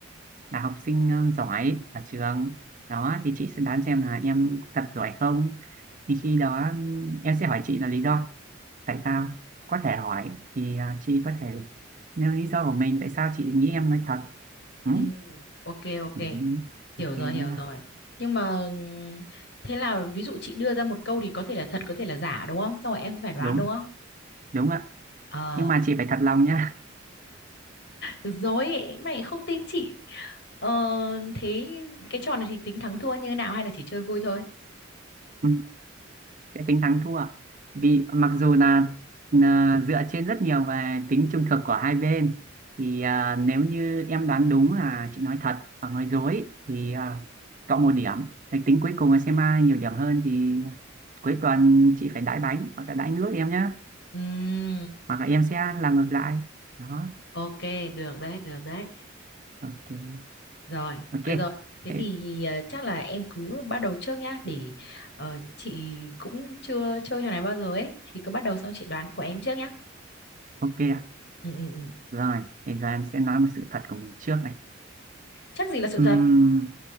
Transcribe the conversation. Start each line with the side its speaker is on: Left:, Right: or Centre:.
Right: là học sinh ờ, giỏi ở trường đó thì chị sẽ đoán xem là em thật giỏi không thì khi đó em sẽ hỏi chị là lý do tại sao có thể hỏi thì ờ, chị có thể nêu lý do của mình tại sao chị nghĩ em nói thật ừ?
Left: ừ, ok, ok.
Right: Ừ.
Left: Hiểu
Right: ok
Left: rồi,
Right: nha
Left: hiểu rồi. Nhưng mà ừm, thế là ví dụ chị đưa ra một câu thì có thể là thật, có thể là giả đúng không? Xong rồi em sẽ phải đoán
Right: đúng
Left: đúng không?
Right: đúng ạ
Left: Ờ,
Right: nhưng mà chị phải thật lòng nha
Left: được rồi, mày không tin chị. Ờ, thế cái trò này thì tính thắng thua như thế nào hay là chỉ chơi vui thôi?
Right: <laughs> sẽ tính thắng thua vì mặc dù là, là dựa trên rất nhiều về tính trung thực của hai bên thì à, nếu như em đoán đúng là chị nói thật và nói dối thì à, cộng một điểm Để tính cuối cùng là xem ai nhiều điểm hơn thì cuối tuần chị phải đãi bánh hoặc là đãi nước em nhé
Left: Ừm,
Right: hoặc là em sẽ làm ngược lại đó
Left: ok, được đấy, được đấy.
Right: ok
Left: Rồi,
Right: ok
Left: được rồi. Thế
Right: Thế-
Left: thì ờ, chắc là em cứ bắt đầu trước nhá để ờ, chị cũng chưa chơi trò này bao giờ ấy, thì cứ bắt đầu xong chị đoán của em trước nhá.
Right: ok ạ.
Left: Ừ ừ ừ.
Right: rồi bây giờ em sẽ nói một sự thật của mình trước này
Left: Chắc gì là sự
Right: Ừm,
Left: thật.